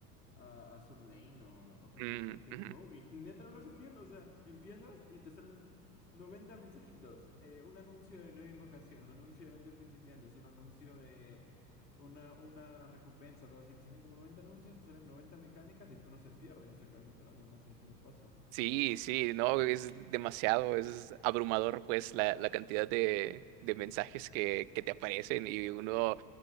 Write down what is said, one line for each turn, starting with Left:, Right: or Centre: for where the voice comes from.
Left: a, a Sur Lane o otro
Right: Mm,
Left: que sea Fate
Right: ujú.
Left: Go. Y neta no los entiendo. O sea, empiezas y te salen 90 mensajitos. eh, un anuncio de nueva invocación, un anuncio de evento de principiantes, un anuncio de una, una recompensa, algo así. Te salen como 90 anuncios, te salen 90 mecánicas y uno se pierde y lo sacas instalando. No sé si me pasa.
Right: Sí, sí, no, es demasiado, es abrumador pues la, la cantidad de, de mensajes que, que te aparecen y uno,